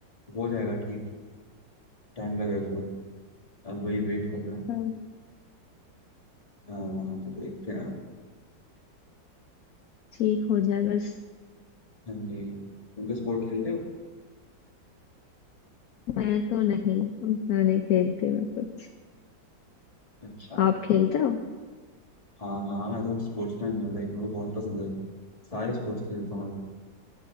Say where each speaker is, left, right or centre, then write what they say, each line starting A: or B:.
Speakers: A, on the left (about 20°); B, on the left (about 65°).
A: हो जाएगा ठीक टाइम लगेगा थोड़ा अब वही वेट कर रहे हैं
B: हाँ,
A: हाँ तो देखते हैं अब।
B: ठीक हो जाए बस
A: हाँ जी उनके स्पोर्ट खेलते हो
B: मैं तो नहीं उतना नहीं खेलते मैं कुछ
A: अच्छा
B: आप खेलते हो
A: हाँ हाँ मैं तो स्पोर्ट्स मैन हूँ लाइक मेरे को बहुत पसंद है सारे स्पोर्ट्स खेलता हूँ